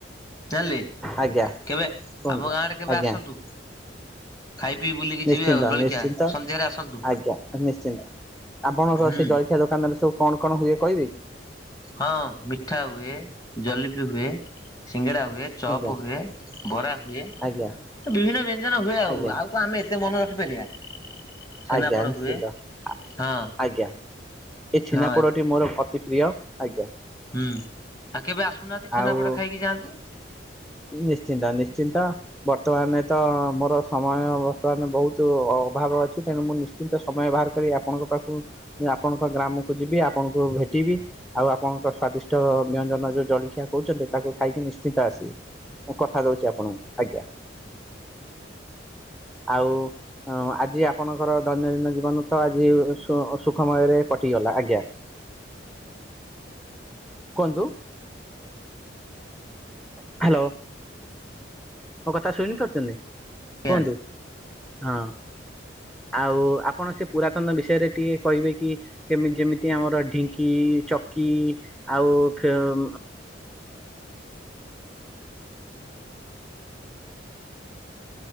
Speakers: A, on the left; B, in the centre.
A: ଜାଣିଲେ,
B: ଆଜ୍ଞା
A: କେବେ
B: କୁହନ୍ତୁ
A: ଆମ ଗାଁରେ କେବେ
B: ଆଜ୍ଞା
A: ଆସନ୍ତୁ। ଖାଇ ପିଇ ବୁଲିକି
B: ନିଶ୍ଚିନ୍ତ,
A: ଯିବେ ଆଉ ଜଳଖିଆ
B: ନିଶ୍ଚିନ୍ତ,
A: ସନ୍ଧ୍ୟାରେ ଆସନ୍ତୁ।
B: ଆଜ୍ଞା, ନିଶ୍ଚିନ୍ତ। ଆପଣଙ୍କ
A: ହୁଁ।
B: ସେ ଜଳଖିଆ ଦୋକାନରେ ସବୁ କଣ, କଣ ହୁଏ କହିବେ କି?
A: ହଁ ମିଠା ହୁଏ, ଜଲେପି ହୁଏ ସିଙ୍ଗଡ଼ା ହୁଏ, ଚପ
B: ଆଜ୍ଞା
A: ହୁଏ, ବରା ହୁଏ।
B: ଆଜ୍ଞା
A: ବିଭିନ୍ନ ବ୍ୟଞ୍ଜନ ହୁଏ ଆଉ
B: ଆଜ୍ଞା
A: ଆଉ କଣ ଆମେ ଏତେ ମନେ ରଖିପାରିବା। ଛେନାପୋଡ
B: ଆଜ୍ଞା ନିଶ୍ଚିନ୍ତ
A: ହୁଏ
B: ଆ
A: ହଁ
B: ଆଜ୍ଞା ଏ ଛେନା
A: ହଁ
B: ପୋଡଟି ମୋର ଅତି ପ୍ରିୟ। ଆଜ୍ଞା।
A: ହୁଁ ଆଉ କେବେ ଆସୁନାହାନ୍ତି ଛେନାପୋଡ
B: ଆଉ
A: ଖାଇକି ଯାଆନ୍ତୁ।
B: ନିଶ୍ଚିନ୍ତ ନିଶ୍ଚିନ୍ତ। ବର୍ତ୍ତମାନ ତ ମୋର ସମୟ ବର୍ତ୍ତମାନ ବହୁତ ଅଭାବ ଅଛି ତେଣୁ ମୁଁ ନି ନିଶ୍ଚିନ୍ତ ସମୟ ବାହାର କରି ଆପଣଙ୍କ ପାଖକୁ ଆପଣଙ୍କ ଗ୍ରାମକୁ ଯିବି ଆପଣଙ୍କୁ ଭେଟିବି। ଆଉ ଆପଣଙ୍କ ସ୍ଵାଦିଷ୍ଟ ବ୍ୟଞ୍ଜନ ଯୋଉ ଜଳଖିଆ କହୁଛନ୍ତି ତାକୁ ଖାଇକି ନିଶ୍ଚିନ୍ତ ଆସିବି। ମୁଁ କଥା ଦଉଛି ଆପଣଙ୍କୁ ଆଜ୍ଞା। ଆଉ ଅ ଆଜି ଆପଣଙ୍କର ଦୈନନ୍ଦିନ ଜୀବନ ତ ଆଜି ସୁ ସୁଖମୟରେ କଟିଗଲା ଆଜ୍ଞା। କୁହନ୍ତୁ। ହ୍ୟାଲୋ ମୋ କଥା ଶୁଣି ପାରୁଛନ୍ତି
A: ଆଜ୍ଞା
B: କୁହନ୍ତୁ? ହଁ ଆଉ ଆପଣ ସେ ପୁରାତନ ବିଷୟରେ ଟିକେ କହିବେ କି? କେମତି ଯେମିତି ଆମର ଢିଙ୍କି ଚକି ଆଉ